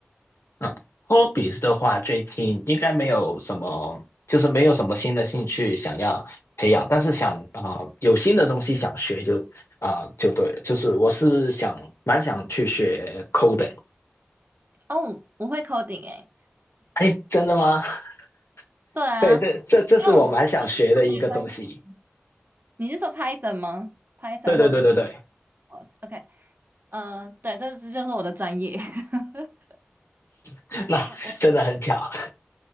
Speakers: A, on the left; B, on the right.
A: 嗯，hobbies 的话，最近应该没有什么，就是没有什么新的兴趣想要培养，但是想啊、呃有新的东西想学就啊、就对了，就是我是想蛮想去学 coding。
B: 哦，我会 coding 哎、
A: 哎，真的吗？<laughs>
B: 对啊，
A: 对，这这这是我蛮想学的一个东西。
B: 因为我我跟数据分析，你是说 Python 吗？Python
A: 对对对对对，
B: 或者是我 OK，嗯、对，这这就是我的专业。<laughs>
A: <laughs> 那真的很巧。
B: 我我